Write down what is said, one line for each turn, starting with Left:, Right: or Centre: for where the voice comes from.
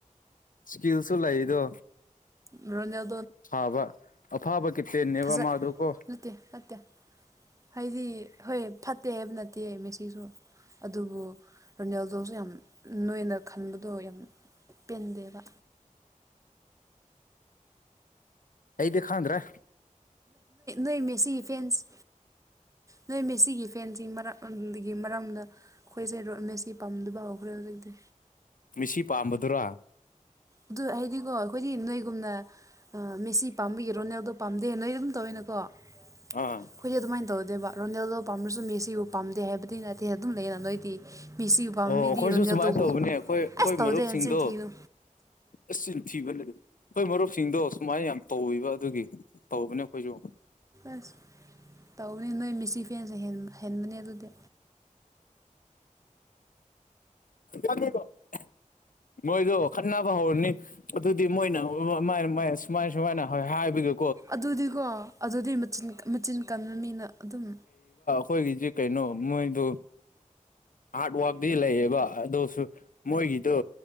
Left: ꯁꯀꯤꯜꯁꯨꯂ ꯏꯗꯣ
Right: ꯔꯣꯟꯅ
Left: ꯐꯥꯕ ꯑꯐꯥꯕ ꯀꯇꯦꯅꯦꯕ
Right: ꯐꯖ
Left: ꯃꯥ ꯑꯗꯨꯀꯣ
Right: ꯅꯠꯇꯦ ꯅꯠꯇꯦ ꯍꯥꯏꯗꯤ ꯍꯣꯏ ꯐꯠꯇꯦ ꯍꯥꯏꯕ ꯅꯠꯇꯦ ꯃꯦꯁꯤꯁꯨ ꯑꯗꯨꯕꯨ ꯔꯣꯅꯦꯜꯗꯣꯁꯨ ꯌꯥꯝ ꯅꯣꯏꯅ ꯈꯟꯕꯗꯣ ꯌꯥꯝ ꯎ ꯄꯦꯟꯗꯦꯕ
Left: ꯑꯩꯗꯦ ꯀꯨꯪꯗꯔ꯭ꯦ
Right: ꯅꯣꯏ ꯃꯁꯤ ꯐꯦꯟꯁ ꯅꯣꯏ ꯃꯁꯤ ꯐꯦꯟꯁ ꯐꯦꯟꯁꯤ ꯃꯔꯝꯒꯤ ꯃꯔꯝꯗ ꯑꯩꯈꯣꯏꯁꯦ ꯔꯣꯠ ꯃꯦꯁꯤ ꯄꯥꯝꯗꯕ ꯍꯧꯈ꯭ꯔꯦ ꯍꯧꯖꯤꯛꯇꯤ
Left: ꯃꯤꯁꯤ ꯄꯥꯝꯕꯗꯨꯔ
Right: ꯑꯗꯨ ꯍꯥꯏꯗꯤꯀꯣ ꯑꯩꯈꯣꯏꯗꯤ ꯅꯣꯏꯒꯨꯝꯅ ꯃꯦꯁꯤ ꯄꯥꯕꯤ ꯌꯦꯔꯣꯅꯦ ꯑꯗꯣ ꯄꯥꯝꯗꯦ ꯅꯣꯏ ꯑꯗꯨꯝ ꯇꯧꯋꯤꯅꯀꯣ ꯑꯩꯣꯏꯗꯤ
Left: ꯑꯥ
Right: ꯑꯗꯨꯃꯥꯏꯅ ꯇꯧꯔꯗꯤ ꯑꯗꯨꯒ ꯔꯣꯅꯦꯜꯗꯣ ꯄꯥꯝꯃꯁꯨ ꯃꯦꯁꯤꯕꯨ ꯄꯥꯝꯗꯦ ꯍꯥꯏꯕꯗꯤ ꯅꯠꯇꯦ ꯑꯗꯨꯝ ꯂꯩꯌꯦꯅ ꯅꯣꯏꯗꯤ ꯃꯤꯁꯤꯕꯨ ꯄꯥꯝ
Left: ꯑꯣ
Right: ꯃꯤꯗꯤ
Left: ꯑꯩꯈꯣꯏꯁꯨ
Right: ꯏꯔꯣꯟꯖꯗꯧꯕ
Left: ꯁꯨꯃꯥꯏꯅ ꯇꯧꯕꯅꯦ ꯑꯩꯈꯣꯏ ꯑꯩꯈꯣꯏ
Right: ꯑꯁ
Left: ꯃꯔꯨꯞꯁꯤꯡꯗꯣ
Right: ꯇꯧꯗꯦ ꯍꯟꯆꯤꯟ ꯊꯤꯅꯨ
Left: ꯑꯁ ꯊꯤꯕ ꯂꯩ ꯑꯩꯈꯣꯏ ꯃꯔꯨꯞꯁꯤꯡꯗꯣ ꯁꯨꯃꯥꯏꯅ ꯌꯥꯝ ꯇꯧꯕ ꯑꯗꯨꯒꯤ ꯇꯧꯕꯅꯦ ꯑꯩꯈꯣꯏꯁꯨ
Right: ꯑꯁ ꯇꯧꯕꯅꯤ ꯅꯣꯏ ꯃꯦꯁꯤ ꯐꯦꯟꯁꯦ ꯍꯦꯟꯕꯅꯦ ꯑꯗꯨꯗꯤ
Left: ꯌꯥꯅꯤꯗꯣ <inaudible> <unintelligible> ꯃꯣꯏꯗꯣ ꯈꯠꯅꯕ ꯍꯧꯔꯅꯤ ꯑꯗꯨꯗꯤ ꯃꯣꯏꯅ ꯁꯨꯃꯥꯏ ꯁꯨꯃꯥꯏꯅ ꯍꯥꯏꯕꯗꯨ
Right: ꯑꯗꯨꯗꯤꯀꯣ ꯑꯗꯨꯗꯤ ꯃꯆꯤꯟ ꯃꯆꯤꯟ ꯀꯕ ꯃꯤꯅ ꯑꯗꯨꯝ
Left: ꯑꯩꯈꯣꯏꯒꯤꯁꯦ ꯀꯩꯅꯣ ꯃꯣꯏꯗꯨ ꯍꯥꯔꯠ ꯋꯥꯔꯇꯤ ꯂꯩꯌꯦꯕ ꯑꯗꯨꯁꯨ ꯃꯣꯏꯒꯤꯗꯣ